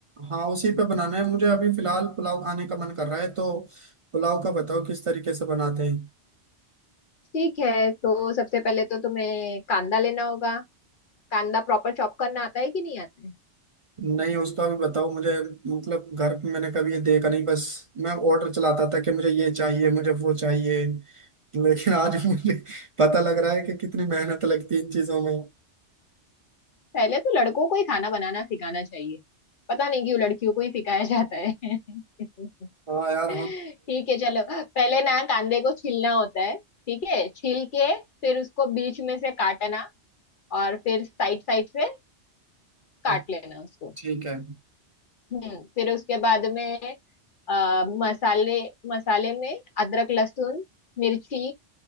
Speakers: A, on the right; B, on the left.
A: हाँ उसी पे बनाना है मुझे अभी फिलहाल पुलाव खाने का मन कर रहा है तो पुलाव का बताओ किस तरीके से बनाते हैं
B: ठीक है तो सबसे पहले तो तुम्हें कांदा लेना होगा कांदा प्रॉपर चॉप करना आता है कि नहीं आता है
A: नहीं उसका भी बताओ मुझे मतलब घर पे मैंने कभी ये देखा नहीं बस मैं ऑर्डर चलाता था कि मुझे ये चाहिए मुझे वो चाहिए लेकिन आज मुझे पता लग रहा है कि कितनी मेहनत लगती है इन चीजों में
B: पहले तो लड़कों को ही खाना बनाना सिखाना चाहिए पता नहीं क्यों लड़कियों को ही सिखाया जाता है <laughs>
A: हाँ यार
B: ठीक है चलो पहले ना कांदे को छीलना होता है ठीक है छील के फिर उसको बीच में से काटना और फिर साइड साइड से काट
A: हम
B: लेना उसको
A: ठीक है
B: हम्म फिर उसके बाद में अ, मसाले मसाले में अदरक लहसुन मिर्ची